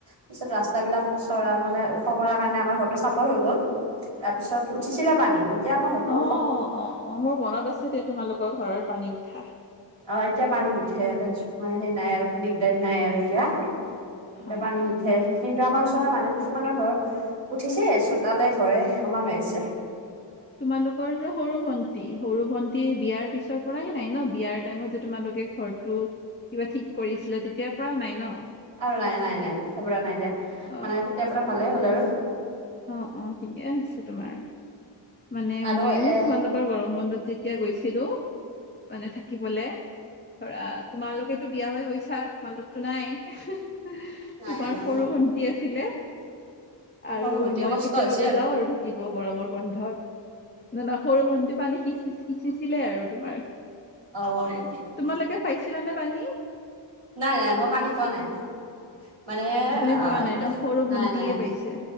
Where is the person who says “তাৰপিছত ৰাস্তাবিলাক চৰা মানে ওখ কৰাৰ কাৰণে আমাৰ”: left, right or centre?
Right